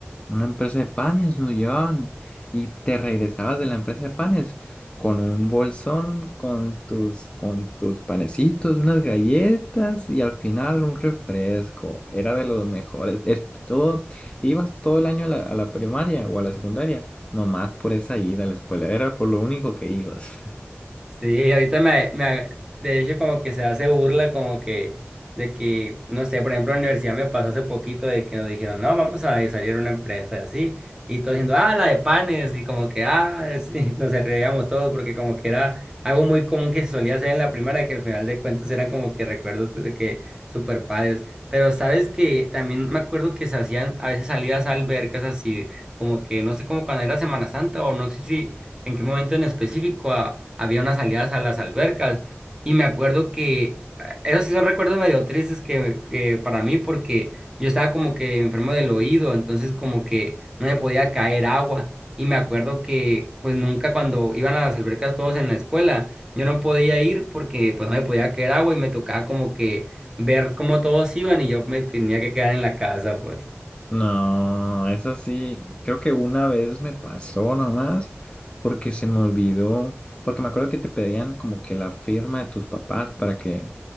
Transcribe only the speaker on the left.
una empresa de panes nos llevaban y te regresabas de la empresa de panes con un bolsón, con tus, con tus panecitos, unas galletas y al final un refresco. Era de los mejores. Es todo, ibas todo el año a la, a la primaria o a la secundaria, nomás por esa ida a la escuela. Era por lo único que ibas.
No, eso sí, creo que una vez me pasó nomás porque se me olvidó, porque me acuerdo que te pedían como que la firma de tus papás para que